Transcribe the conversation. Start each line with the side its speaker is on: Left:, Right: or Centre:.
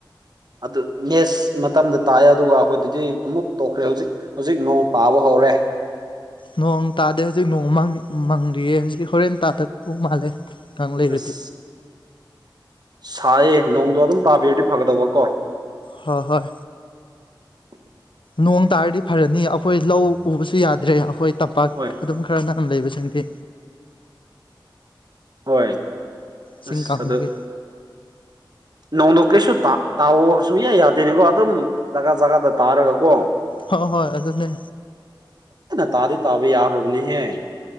Right: ꯑꯗꯨ ꯃꯦꯁ ꯃꯇꯝꯗ ꯇꯥꯏ ꯑꯗꯨꯒ ꯑꯩꯈꯣꯏꯗꯗꯤ ꯑꯃꯨꯛ ꯇꯣꯛꯈ꯭ꯔꯦ ꯍꯧꯖꯤꯛ ꯍꯧꯖꯤꯛ ꯅꯣꯡ ꯇꯥꯕ ꯍꯧꯔꯦ
Left: ꯅꯣꯡ ꯇꯥꯗꯦ ꯍꯧꯖꯤꯛ ꯅꯣꯡ ꯃꯪ ꯃꯪꯂꯤꯌꯦ ꯍꯧꯖꯤꯛ ꯍꯣꯔꯦꯟ ꯇꯥꯗꯔꯛꯇꯧ ꯃꯥꯜꯂꯦ ꯀꯥꯡ ꯂꯩꯔꯗꯤ
Right: ꯑꯁ ꯁꯥꯏꯌꯦ ꯅꯣꯡꯗꯣ ꯑꯗꯨꯝ ꯇꯥꯕꯤꯔꯗꯤ ꯐꯒꯗꯧꯕ ꯀꯣ
Left: ꯍꯣꯏ ꯍꯣꯏ
Right: <unintelligible>
Left: ꯅꯣꯡ ꯇꯥꯔꯗꯤ ꯐꯔꯅꯤ ꯑꯩꯈꯣꯏ ꯂꯧ ꯎꯕꯁꯨ ꯌꯥꯗ꯭ꯔꯦ ꯑꯈꯣꯏ ꯇꯝꯄꯥꯛ
Right: ꯍꯣꯏ
Left: ꯑꯗꯨꯝ ꯈꯔ ꯅꯥꯟꯅ ꯂꯩꯕꯁꯤꯡꯗꯤ
Right: ꯍꯣꯏ
Left: ꯁꯤꯡ
Right: ꯑꯁ
Left: ꯀꯥꯝꯕꯒꯤ
Right: ꯑꯗꯨ ꯅꯣꯡꯗꯣ ꯀꯩꯁꯨ ꯇ ꯇꯥꯑꯣ ꯁꯨꯀꯌꯥ ꯌꯥꯗꯦꯅꯦꯀꯣ ꯑꯗꯨꯝ ꯖꯒꯥ ꯖꯒꯥꯗ ꯇꯥꯔꯒ ꯀꯣ
Left: ꯍꯣ ꯍꯣꯏ ꯑꯗꯨꯅꯦ
Right: ꯇꯗꯤ ꯇꯥꯕ ꯌꯥꯔꯕꯅꯦꯍꯦ